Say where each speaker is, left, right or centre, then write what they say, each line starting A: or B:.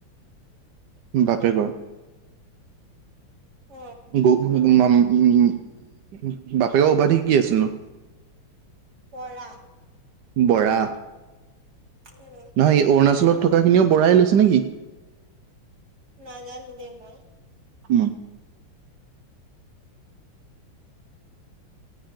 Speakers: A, on the right (about 65°); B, on the right (about 45°).
A: উম' বাপেকৰ,
B: অ
A: গৌ উম মাম- বাপেকৰ উপাধি কি আছিল নো?
B: বৰা।
A: বৰা।
B: উম'
A: নহয়, এই অৰুণাচলত থকা খিনিও বঢ়াই লৈছে নেকি?
B: নাজানো দেই মই।
A: উম'